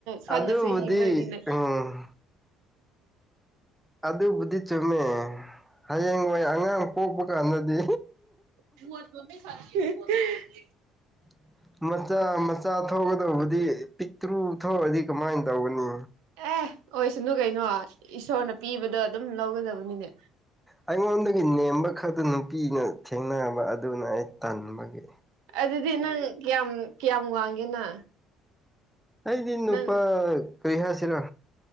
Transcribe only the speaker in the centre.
ꯑꯗꯨꯕꯨꯗꯤ
ꯎꯝ ꯑꯗꯨꯕꯨꯗꯤ ꯆꯨꯝꯃꯦ ꯍꯌꯦꯡ ꯍꯣꯏ ꯑꯉꯥꯡ ꯄꯣꯛꯄ ꯀꯥꯟꯗꯗꯤ꯫
<inaudible> ꯃꯆꯥ ꯃꯆꯥ ꯊꯣꯛꯀꯗꯧꯕꯗꯤ ꯄꯤꯛꯇ꯭ꯔꯨ ꯊꯣꯛꯑꯗꯤ ꯀꯃꯥꯏꯅ ꯇꯧꯒꯅꯤ꯫
ꯑꯩꯉꯣꯟꯗꯒꯤ ꯅꯦꯝꯕ ꯈꯛꯇ ꯅꯨꯄꯤꯅ ꯊꯦꯡꯅꯕ ꯑꯗꯨꯅ ꯑꯩ ꯇꯟꯕꯒꯤ꯫
ꯑꯩꯗꯤ ꯅꯨꯄꯥ
ꯀꯔꯤ ꯍꯥꯏꯁꯤꯔ